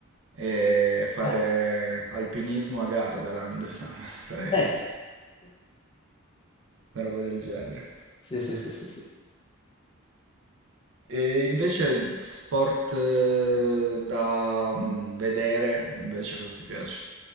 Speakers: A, on the right; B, on the left.
A: E fare
B: Eh,
A: alpinismo a Gardaland, <laughs> fare
B: ecco,
A: una roba del genere.
B: Sì, sì, sì, sì, sì.
A: E invece sport eh, da mm, vedere, invece cosa ti piace?